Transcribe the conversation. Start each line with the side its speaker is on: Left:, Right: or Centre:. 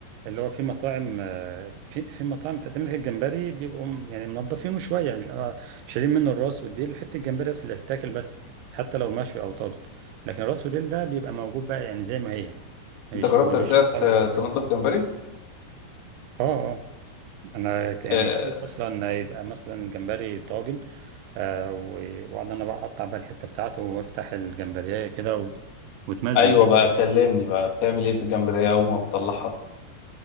Right: اللي هو في مطاعم آه، في في مطاعم بتقدم لك الجمبري بيبقوا م- يعني منضفينه شويه مش آه، شايلين منه الراس والديل حته الجمبري بس اللي هتتاكل بس حتى لو مشوي او طاجن لكن الراس والديل ده بيبقى موجود بقى يعني زي ما هي مش
Left: انت جربت
Right: مش
Left: قبل كده
Right: قطع
Left: ت-
Right: منها.
Left: تنضف جمبري
Right: اه آه. انا ك- يعني
Left: آه
Right: كتير مثلا يبقى مثلا جمبري طاجن آه و- واقعد انا بقى اقطع بقى الحته بتاعته وافتح الجمبريه كده و- واتمزج
Left: ايوه
Right: بيه
Left: بقى كلمني بقى بتعمل ايه في الجمبريه اول ما بتطلعها